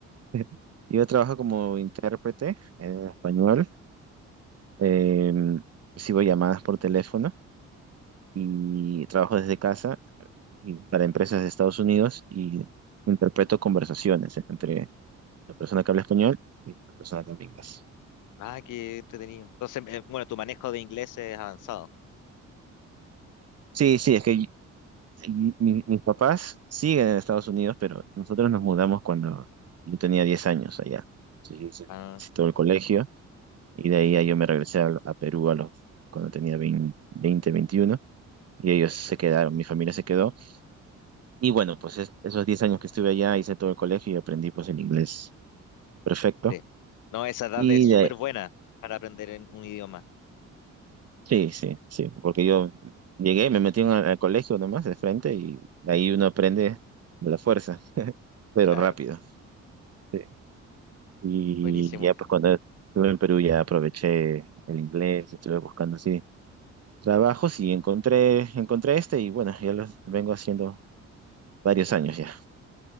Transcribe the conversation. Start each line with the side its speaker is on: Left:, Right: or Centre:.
Right: <laughs> yo trabajo como intérprete en español. Eh,
Left: Ah,
Right: recibo llamadas por teléfono y trabajo desde casa. y para empresas de Estados Unidos y interpreto conversaciones entre la persona que habla español y la persona que habla inglés.
Left: ah, qué entretenido. Entonces, eh, bueno, tu manejo de inglés es avanzado.
Right: Sí, sí, es que y- y mi- mis papás siguen en Estados Unidos, pero nosotros nos mudamos cuando yo tenía 10 años allá. Entonces yo hice
Left: Ah,
Right: hice todo el colegio y de ahí ya yo me regresé a, a Perú a los, cuando tenía 20 20 21 y ellos se quedaron, mi familia se quedó. Y bueno, pues es- esos 10 años que estuve allá hice todo el colegio y aprendí pues el inglés perfecto.
Left: Sí. No, esa edad
Right: Y
Left: es súper
Right: de,
Left: buena para aprender en un idioma.
Right: Sí, sí, sí, porque yo llegué, me metí en el, al colegio nomás de frente y ahí uno aprende de la fuerza, <laughs> pero
Left: Claro,
Right: rápido. Sí. Y
Left: buenísimo.
Right: ya pues cuando estuve en Perú ya aproveché el inglés, estuve buscando así trabajos y encontré, encontré este y bueno, ya lo vengo haciendo varios años ya.